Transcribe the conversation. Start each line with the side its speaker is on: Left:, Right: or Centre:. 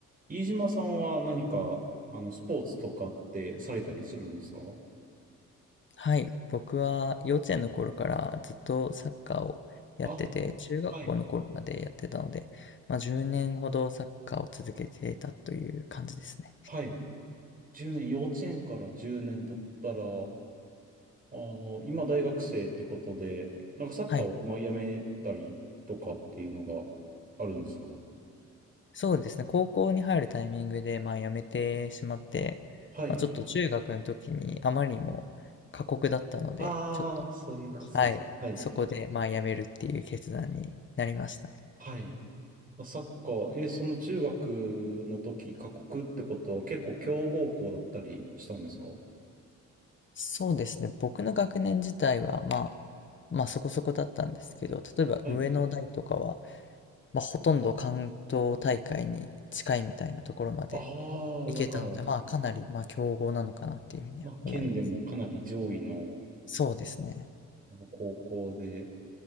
Right: 飯島さんは何か、あの、スポーツとかってされたりするんですか
Left: はい、僕は幼稚園の頃からずっとサッカーをやってて、
Right: あ、
Left: 中学校の頃までやってたので、
Right: はい、
Left: まあ、10年ほどサッカーを続けていたという感じですね。
Right: はい。10年、幼稚園から10年だったら、あの、今大学生ってことで、なんかサッカーをまあやめたりとかっていうのがあるんですか
Left: はい、そうですね、高校に入るタイミングで、まあ、辞めてしまって、
Right: はい。
Left: まあ、ちょっと中学の時にあまりにも過酷だったので、
Right: ああ、
Left: ちょっと、
Right: そういうことです。
Left: はい、
Right: はい。
Left: そこでまあ辞めるっていう決断になりました。
Right: はい。サッカー、え、その中学の時、過酷ってことは結構強豪校だったりしたんですか
Left: そうですね。僕の学年自体は、まあ、まあそこそこだったんですけど、例えば上の代とかは、
Right: はい。
Left: まあほとんど関東大会に近いみたいなところまで
Right: ああ、
Left: 行けたので、
Right: だから、
Left: まあかなり、まあ強豪なのかなっていうふうには思います。
Right: まあ、県でもかなり上位の
Left: そうですね。
Right: あの高校で、